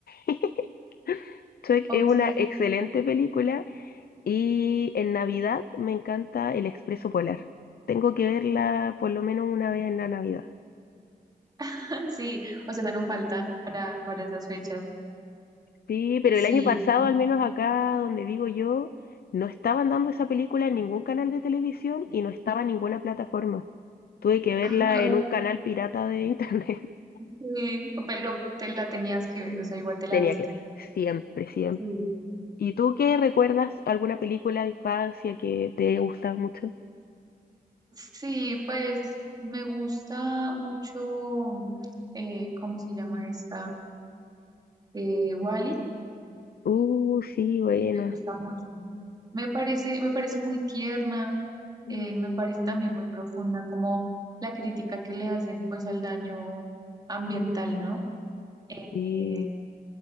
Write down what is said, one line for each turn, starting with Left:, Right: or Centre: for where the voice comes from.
Left: <laughs> Shrek
Right: Ok,
Left: es una excelente película y en Navidad me encanta El Expreso Polar. Tengo que verla por lo menos una vez en la Navidad.
Right: <laughs> sí, o sea, esa no falta para, para esas fechas.
Left: Sí, pero el
Right: Sí,
Left: año pasado, al menos acá donde vivo yo, no estaban dando esa película en ningún canal de televisión y no estaba en ninguna plataforma. Tuve que verla
Right: ah, o
Left: en
Right: sea,
Left: un canal pirata de internet. <laughs>
Right: sí, pero te la tenías que ver, o sea, igual te la
Left: Tenía
Right: viste.
Left: que verla, siempre, siempre.
Right: Sí.
Left: ¿Y tú qué recuerdas? ¿Alguna película de infancia que te gusta mucho?
Right: Sí, pues me gusta mucho, eh, ¿cómo se llama esta? Eh, Wall-E.
Left: Uh, sí, buena.
Right: me gusta mucho. Me parece, me parece muy tierna,
Left: Mm.
Right: eh, me parece también muy profunda como la crítica que le hacen pues al daño ambiental, ¿no?
Left: Sí.
Right: Eh,